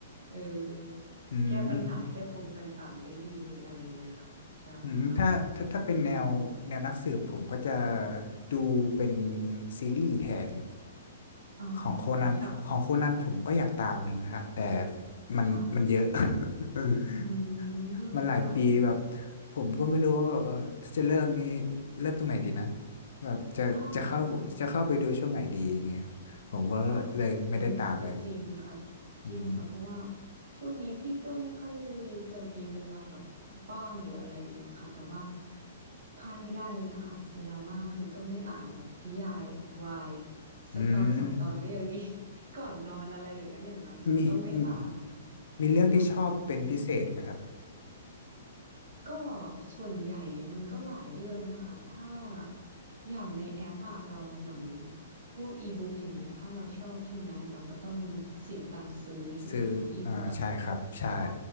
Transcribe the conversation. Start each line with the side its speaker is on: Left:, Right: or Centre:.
Right: เออ
Left: อืม
Right: แก้ปัญหาแก้ปมต่างๆได้ดีเลยอะไรเนี่ยค่ะใช่ค่ะ
Left: อืมถ้าถ้าถ้าเป็นแนวแนวนักสืบผมก็จะ
Right: อืมค่ะ
Left: ดูเป็นซีรีส์แทน
Right: อ๋อ
Left: ของโคนันของโคนันผมก็อยากตามดูนะคะแต่
Right: ค่ะ
Left: มันมันเยอะ
Right: ค่ะ
Left: <laughs>
Right: อืมค่ะ
Left: มันหลายปีแบบผมก็ไม่รู้ว่าแบบเออถ้าจะเริ่มนี้เริ่มตรงไหนดีนะแบบจะจะเข้าจะเข้าไปดูช่วงไหนดีอย่างเงี้ย
Right: อ่า
Left: ผมก็เลยไม่ได้ตามเลย
Right: ค่ะอืมก็จริงค่ะ
Left: อืม
Right: จริงค่ะเพราะว่าช่วงนี้พี่ก็ไม่ค่อยจะมีเวลาแบบว่างหรืออะไรอย่างเงี้ยค่ะแต่ว่าพลาดไม่ได้เลยนะคะเวลาว่างคือต้องได้อ่านแบบนิยายวายสักตอนสองตอนก็ยังดี
Left: อืม
Right: <laughs> ก่อนนอนอะไรอย่างเงี้ยอย่างน้อยฉันต้องได้อ่าน
Left: มีมีมีเรื่องที่ชอบเป็นพิเศษไหมครับ
Right: ค่ะ ก็ส่วนใหญ่มันก็หลายเรื่องนะคะถ้าอย่างในแอปอะเราเหมือนพวกอีบุ๊กอย่างเงี้ยถ้าเราชอบใช่ไหมเราก็ต้องเสียตังค์ซื้อใช่ไหมคะอีบุ๊กอะ
Left: ซื้ออ่าใช่ครับใช่
Right: ใช่